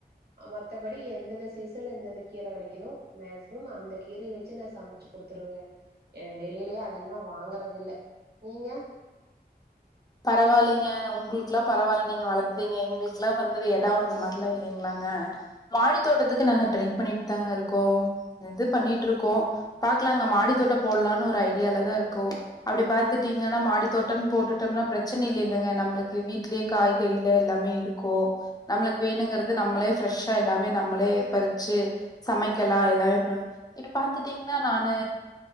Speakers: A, on the right; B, on the left.
A: மத்த படி எந்தெந்த சீசன்ல எந்தெந்த கீர கெடைக்குதோ மேக்ஸிமம் அந்த கீர வச்சு நா சமைச்சு குடுத்துருவங்க ஏனா வெளிலயே அதிகமா வாங்கறது இல்ல நீங்க
B: பரவால்லைங்க உங்களுக்குல்லா பரவால்ல நீங்க வளர்த்துறீங்க எங்களுக்குல்லா வந்து இடம் இந்த மாரிலா இல்லலிங்களாங்க மாடி தோட்டத்துக்கு நாங்க ட்ரை பண்ணிட்டு தாங்க இருக்கோ இது பண்ணிட்டு இருக்கோ பாக்கலாங்க மாடித்தோட்ட போடலானு ஒரு ஐடியால தா இருக்கோ அப்படி பாத்துட்டீங்கனா மாடி தோட்ட போட்டுட்டோனா பிரச்சனை இல்லிலங்க நம்மளுக்கு வீட்லயே காய்கறிலா எல்லாமே இருக்கு நம்மளுக்கு வேணுங்கறது நம்மளே ஃப்ரெஷ்ஷா எல்லாமே நம்மளே பறிச்சு சமைக்கலா எல்லாமே பண்லா இப்ப பாத்துட்டீங்கனா நானு